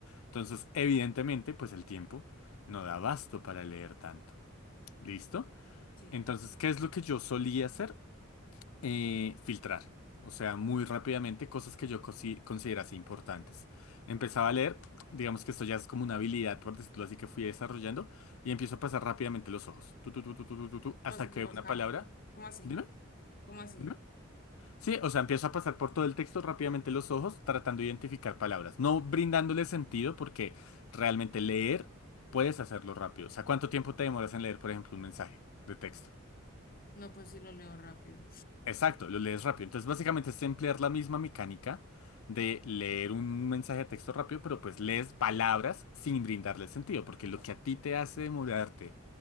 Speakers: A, on the left (about 90°); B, on the left (about 45°).
A: Entonces, evidentemente, pues el tiempo no da abasto para leer tanto. ¿Listo?
B: sí.
A: Entonces, ¿qué es lo que yo solía hacer? Eh, filtrar, o sea, muy rápidamente cosas que yo consi- considerase importantes. Empezaba a leer, digamos que esto ya es como una habilidad, por decirlo así, que fui desarrollando, y empiezo a pasar rápidamente los ojos, tu, tu, tu, tu, tu, tu, tu, tu, hasta
B: ¿Cómo así?
A: que
B: ¿Qué pasa?
A: veo una
B: Ah,
A: palabra.
B: ¿Cómo así?
A: Dime,
B: ¿Cómo así?
A: dime. Sí, o sea, empiezo a pasar por todo el texto rápidamente los ojos, tratando de identificar palabras, no brindándole sentido, porque realmente leer puedes hacerlo rápido. O sea, ¿cuánto tiempo te demoras en leer, por ejemplo, un mensaje de texto?
B: No, pues sí lo leo rápido.
A: Exacto, lo lees rápido. Entonces, básicamente es emplear la misma mecánica de leer un mensaje de texto rápido, pero pues lees palabras sin brindarle sentido, porque lo que a ti te hace demorarte